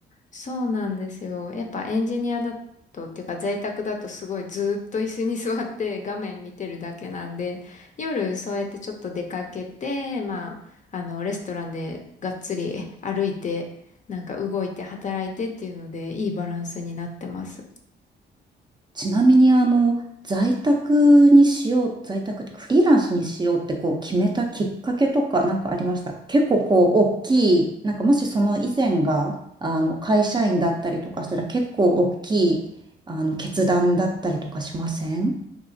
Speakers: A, on the left (about 40°); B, on the right (about 20°).
A: そうなんですよ。やっぱエンジニアだと、っていうか在宅だとすごいずーっと椅子に <laughs> 座って画面見てるだけなんで、夜そうやってちょっと出かけて、まあ、あの、レストランでがっつり歩いて、なんか動いて働いてっていうので、いいバランスになってます。
B: ちなみに、あの、在宅にしよう、在宅ってフリーランスにしようってこう決めたきっかけとかなんかありました結構こう、大きい、なんかもしその以前が、あの、会社員だったりとかしたら結構大きい、あの、決断だったりとかしません